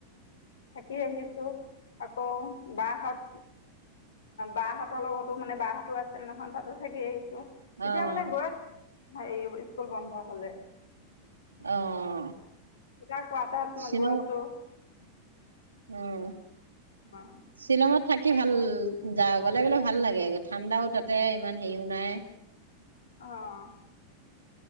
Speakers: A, on the left; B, on the right.
A: থাকি আহিছো আকৌ বাহঁত বাহঁতৰ লগতো মানে বাহঁতো আছে নহয় তাতো থাকি আহিছ তেতিয়া
B: অ অ
A: মানে গৈ এই স্কুল বন্ধ হ'লে।
B: অ'।
A: তাৰ কোৱাৰ্টাৰত মান
B: শ্বিলং
A: গৈ আছো।
B: উম।
A: বাহ।
B: শ্বিলঙত থাকি ভাল যা গ'লে বোলে ভাল লাগে, ঠাণ্ডাও তাতে ইমান হেৰিও নাই।
A: অ'।